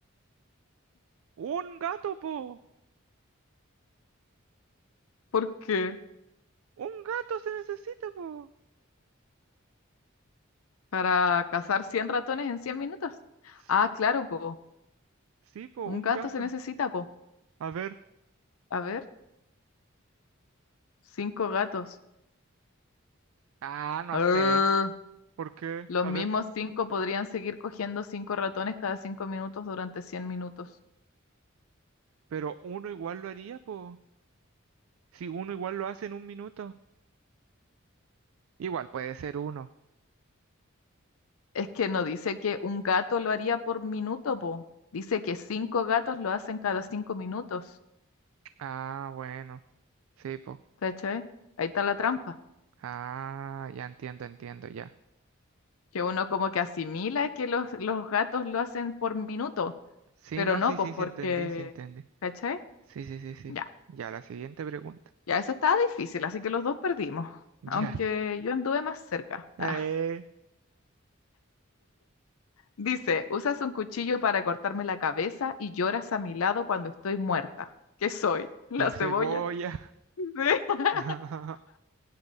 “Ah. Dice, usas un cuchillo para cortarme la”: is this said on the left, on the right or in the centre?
Left